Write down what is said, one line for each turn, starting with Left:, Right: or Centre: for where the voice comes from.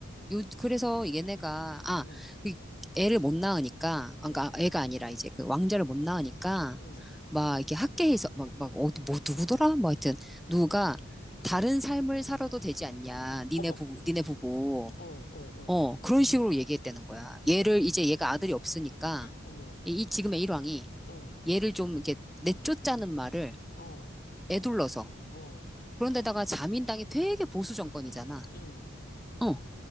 Centre: 요, 그래서 얘네가, 아,
Left: 응,
Centre: 그 애를 못 낳으니까, 그까
Left: 응,
Centre: 애가 아니라 이제 그 왕자를 못 낳으니까,
Left: 응.
Centre: 막 이렇게 학계에서, 막, 막, 어디, 뭐, 누구더라? 뭐 하여튼, 누가 다른 삶을 살아도 되지 않냐. 니네
Left: 어머,
Centre: 부부, 니네 부부.
Left: 어, 어, 어, 어,
Centre: 어,
Left: 어,
Centre: 그런 식으로 얘기했다는 거야. 얘를,
Left: 어머,
Centre: 이제 얘가 아들이 없으니까,
Left: 어머,
Centre: 이, 이 지금의 일왕이
Left: 어,
Centre: 얘를 좀 이렇게 내쫓자는 말을
Left: 어,
Centre: 애둘러서.
Left: 어,
Centre: 그런데다가 자민당이 되게 보수 정권이잖아.
Left: 응.
Centre: 어,